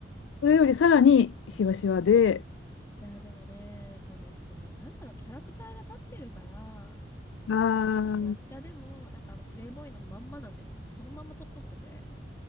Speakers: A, on the left; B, on the left.
A: それよりさらにしわしわで、
B: や、でもね、やっぱりこう、なんだろう、キャラクターが立ってるから、
A: ああ、
B: なんかもうしわくちゃでも、なんかあのプレイボーイのまんまなんですよ。そのまんま年取ってて。